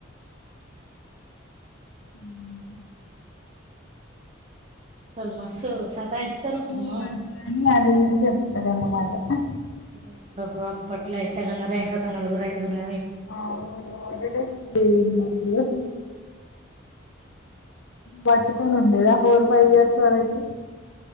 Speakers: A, on the left; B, on the right.
A: హ్మ్
B: అసలు మస్తు
A: బన్
B: సతాయిస్తారు
A: పురుగు
B: అమ్మో
A: అది ఇది చెప్తర్ అనమాట అ
B: ఏ అబ్బబ్బ అప్పట్లో ఎట్లా కన్నారో ఎంకత నలుగురు ఐదుగుర్ కన్
A: అవును వదిలేస్తావ్ ఎందుకు పట్టుకొనీ ఉండేద ఫోర్ ఫైవ్ ఇయర్స్ వరకి